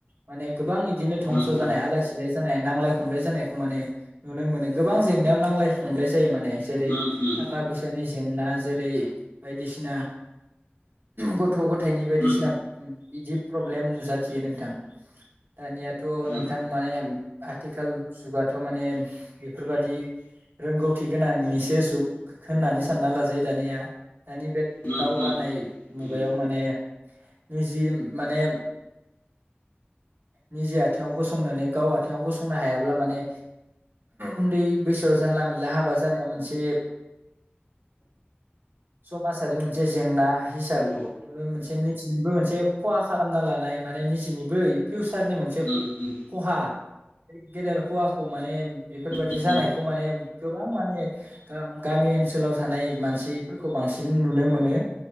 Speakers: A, on the right; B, on the left.
A: माने गोबां इदिनो धंस'
B: उम
A: जानाय
B: उम
A: आलाय सिलाय नांलाय खमलाय जानायखौ माने नुनो मोनो गोबां जें <inaudible> नांलाय खमलायस जायो माने जेरै
B: उम
A: थाखा फैसानि जेंना जेरै बायदिसिना ग थ' गथायाइनिबो
B: उम
A: दिसिनाब बिदिब प्रब्लेम नुजाथियो नोंथां। दानियाथ
B: उम
A: नोंथां माने थेखाल जुगाथ' माने बेफोरबादि रोंगौथि गोनां निसो जुख खोननानै सानना लाजायो दानिया। दानि बेद
B: उम
A: दावगानाय
B: उम
A: मुगायाव
B: उम
A: माने निजिम माने निजे आथिङाव गसंनानै गाव आथ थिङाव गसंनो हायाब्ला माने उन्दै बैसो जानला मोनला हाबा जानाया मोनसेब समासारि मोनसे जेंना। हिसाब
B: नंगौ
A: ओ मोनसेनि थिनिबो मोनसे ख'हा खालामना लानाय माने निजिनिबो फिउसारनि मोनसे
B: उम उम
A: ख'हा। एगेदेरखुवाखु माने बेफोरबादि
B: उम
A: जानायख खौ माने गोबां माने गाम गामि ओनसोलाव जानाय मानसिफोरखौ बांसिन नुनो मोनो।